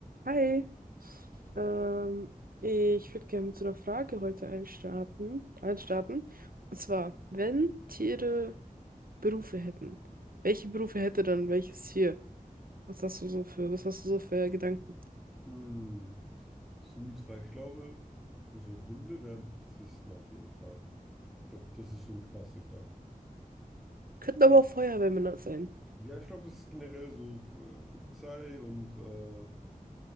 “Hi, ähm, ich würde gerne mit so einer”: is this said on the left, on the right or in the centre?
Right